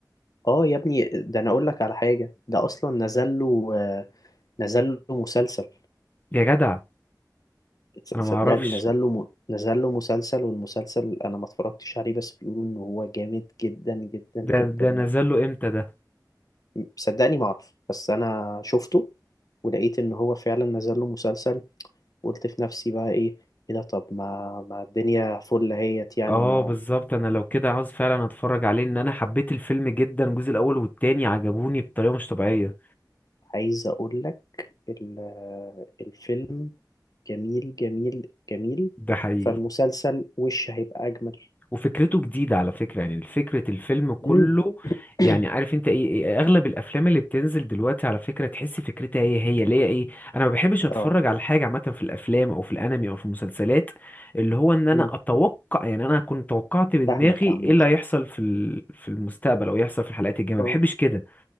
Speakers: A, on the left; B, on the left.
A: اه يا ابني ده انا اقول لك على حاجة ده اصلا نزل له آه، نزل له مسلسل
B: يا جدع
A: تص-
B: انا ما
A: صدقني
B: اعرفش
A: نزل له م... نزل له مسلسل والمسلسل انا ما اتفرجتش عليه بس بيقولوا ان هو جامد جدا جدا جدا
B: ده ده
A: يعني
B: نزل له امتى ده
A: صدقني ما اعرف بس انا شفته ولقيت ان هو فعلا نزل له مسلسل قلت في نفسي بقى ايه ايه ده طب ما ما الدنيا فل اهيت يعني
B: اه
A: ما
B: بالظبط انا لو كده عاوز فعلا اتفرج عليه ان انا حبيت الفيلم جدا الجزء الاول والتاني عجبوني بطريقه مش طبيعيه
A: عايز اقول لك ال- الفيلم جميل جميل جميل
B: ده حقيقي
A: فالمسلسل وش هيبقى اجمل
B: وفكرته جديده على فكره يعني فكره الفيلم كله
A: امم <coughs>
B: يعني عارف انت ايه, إيه اغلب الافلام اللي بتنزل دلوقتي على فكره تحس فكرتها هي هي ليه ايه انا ما بحبش اتفرج
A: اه
B: على حاجه عامه في الافلام او في الانمي او في المسلسلات اللي هو ان انا
A: امم
B: اتوقع يعني انا كنت توقعت بدماغي
A: فاهمك عامة
B: ايه اللي هيحصل في ال- في المستقبل او يحصل في الحلقات الجايه ما
A: اه
B: بحبش كده